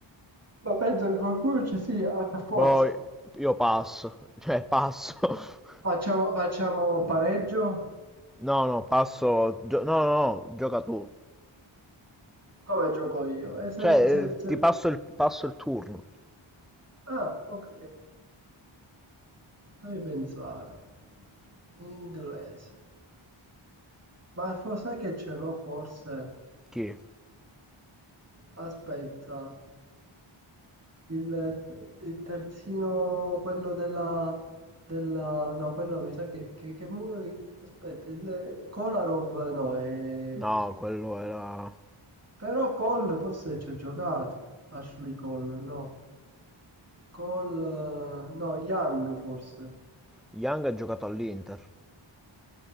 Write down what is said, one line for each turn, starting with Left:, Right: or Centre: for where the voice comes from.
Right: ma penso che qualcuno ci sia, eh, per forza.
Centre: Boh, io passo, cioè passo. <laughs>
Right: Facciamo, facciamo pareggio?
Centre: No, no, passo. gio- no, no, no, gioca tu.
Right: Come gioco io? E se,
Centre: Cioè,
Right: se-
Centre: eh,
Right: se-
Centre: ti passo il, passo il turno.
Right: Ah, ok. Fammi pensare. Inglese. Ma fo- sai che ce l'ho forse?
Centre: Chi?
Right: Aspetta. Il, il terzino, quello della... della... No, quello mi sa che... che, che mu- Aspetta, il... Kolarov no, è...
Centre: No, quello era.
Right: Però Cole forse ci ha giocato. Ashley Cole, no. Cole... eh, No, Young forse.
Centre: Young ha giocato all'Inter.